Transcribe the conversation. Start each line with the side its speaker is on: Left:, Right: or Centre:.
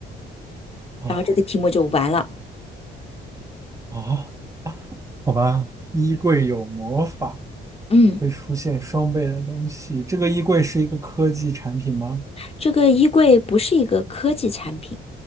Right: 哦
Left: 然后这个题目就完了。
Right: 哦，好吧。衣柜有魔法，
Left: 嗯。
Right: 会出现双倍的东西。这个衣柜是一个科技产品吗？
Left: 这个衣柜不是一个科技产品，